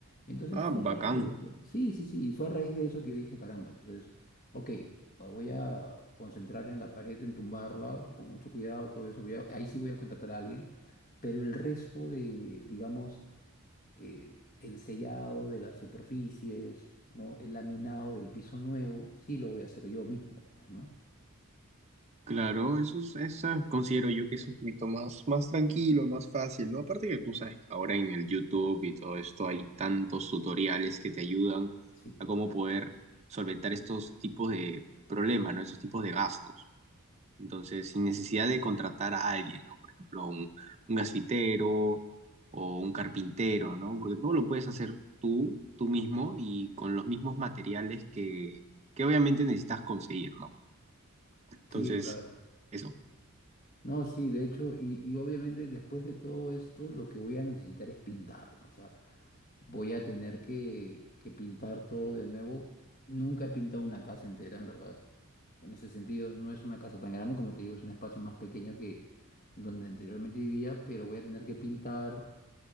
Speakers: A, on the left; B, on the right.
A: Entonces
B: Ah,
A: fue
B: bacán.
A: a raíz de eso. Sí, sí, sí, y fue a raíz de eso que yo dije, caramba, entonces, ok, me voy a concentrar en la pared, en tumbarla, con mucho cuidado, todo eso. Voy a- ahí sí voy a contratar a alguien, pero el resto de, digamos, eh, el sellado de las superficies, ¿no? El laminado del piso nuevo, sí lo voy a hacer yo mismo, pues, ¿no?
B: Claro, eso es, esa considero yo que es un poquito más, más tranquilo, más fácil, ¿no? Aparte que tú sabes que ahora en el YouTube y todo esto hay tantos tutoriales que te ayudan
A: Sí, pues.
B: a cómo poder solventar estos tipos de problemas, ¿no? Estos tipos de gastos. Entonces, sin necesidad de contratar a alguien, ¿no? Por ejemplo, un, un gasfitero o un carpintero, ¿no? Porque todo lo puedes hacer tú, tú mismo y con los mismos materiales que, que obviamente necesitas conseguir, ¿no? Entonces,
A: Sí, claro.
B: eso.
A: No, sí, de hecho, y, y obviamente después de todo esto, lo que voy a necesitar es pintar, ¿no? O sea, voy a tener que, que pintar todo de nuevo. Nunca he pintado una casa entera, en verdad. En ese sentido, no es una casa tan grande, como te digo, es un espacio más pequeño que donde anteriormente vivía, pero voy a tener que pintar.